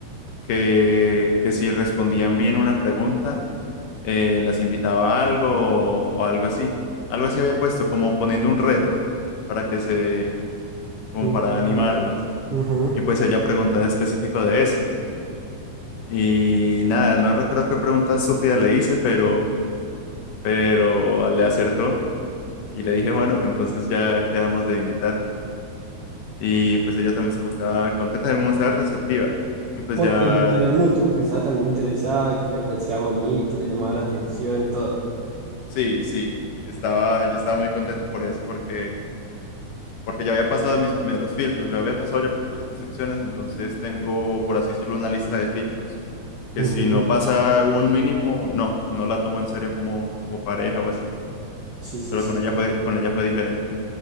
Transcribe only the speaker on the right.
se motivaran.
Ujú.
Como
que el interés mutuo, que estaba también interesada, que le parecía bonito, le llamaba la atención, todo.
Ujú.
Sí, sí,
sí.